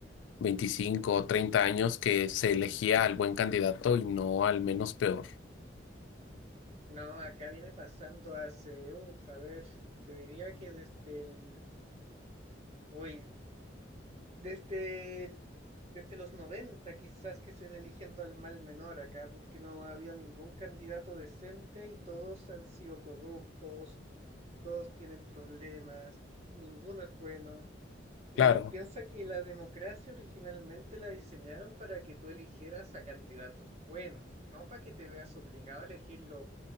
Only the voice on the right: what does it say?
no, acá viene pasando hace, uff, a ver, te diría que desde el, hoy, Desde, el- desde los 90 quizás que se ven eligiendo al mal menor acá, porque no había ningún candidato decente y todos han sido corruptos, todos tienen problemas, ninguno es bueno. Y
piensa que la democracia originalmente la diseñaron para que tú eligieras a candidatos buenos, no para que te veas obligado a elegir lo,